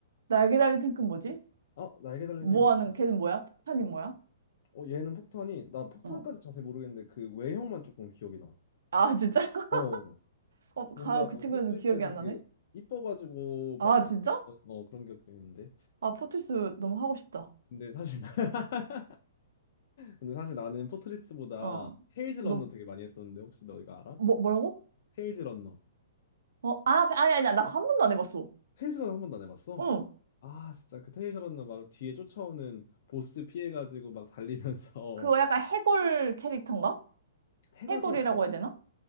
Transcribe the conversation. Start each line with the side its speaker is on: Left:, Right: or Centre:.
Right: 날개 달린 탱크 는 뭐지?
Left: 어, 날개 달린
Right: 뭐
Left: 탱크.
Right: 하는 걔는 뭐야? 폭탄이 뭐야?
Left: 어, 얘는 폭탄이 나 폭탄까지
Right: 어.
Left: 자세히 모르겠는데 그 외형만 조금 기억이 나.
Right: 아 진짜? <laughs>
Left: 어,
Right: 어, 가,
Left: 뭔가 어,
Right: 그 친구는
Left: 포트리스에서
Right: 기억이 안
Left: 되게
Right: 나네.
Left: 이뻐가지고
Right: 아
Left: 막, 막
Right: 진짜?
Left: 어, 그런 기억도 있는데.
Right: 아 포트리스 너무 하고 싶다.
Left: 근데 사실 나- <laughs> 근데 사실 나는 포트리스보다
Right: 어.
Left: 테일즈
Right: 너
Left: 런너 되게 많이 했었는데 혹시 너 이거 알아?
Right: 뭐, 뭐라고?
Left: 테일즈 런너.
Right: 어, 아 아니 아니 나 한 번도 안 해봤어.
Left: 테일즈 런너 한 번도 안 해봤어?
Right: 응.
Left: 아 진짜 그 테일즈 런너 막 뒤에 쫓아오는 보스 피해가지고 막 달리면서
Right: 그거
Left: <laughs>
Right: 약간 해골 캐릭터인가?
Left: 해골
Right: 해골이라고
Left: 캐릭터?
Right: 해야 되나?